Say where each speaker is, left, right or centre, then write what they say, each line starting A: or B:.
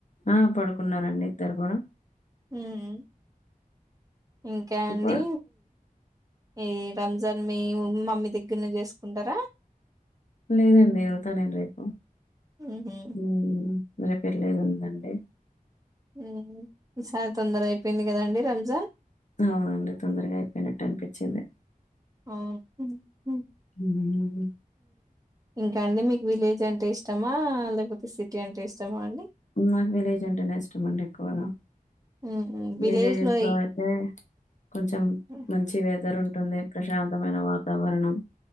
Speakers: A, on the left; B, on the right.
A: ఆ పడుకున్నారండి ఇద్దరు కూడా
B: హ్మ్ ఇంకా అండి
A: ప
B: ఈ రంజాన్ మీ మమ్మీ దగ్గరనె చేసుకుంటార
A: లేదండి ఎళ్తా నేను రేపు
B: మ్మ్
A: హ్మ్ రేపు ఎళ్లేది ఉందండి.
B: హ్మ్ ఈసారి తొందర అయిపోయింది కదండి రంజాన్
A: అవునండి తొందరగా అయిపోయినట్టు అనిపిచ్చింది.
B: అవు <unintelligible>
A: హ్మ్
B: ఇంకా అండి మీకు విలేజ్ అంటే ఇష్టమా లేకపోతే సిటీ అంటే ఇష్టమా అండి.
A: నాకు విలేజ్ అంటేనే ఇష్టం అండి ఎక్కువగా
B: ఉమ్ ఉమ్. విలేజ్
A: విలేజస్ లో
B: ఈ
A: అయితే కొంచం
B: ఉమ్
A: మంచి వెదర్ ఉంటుంది ప్రశాంతమైన వాతావరణం.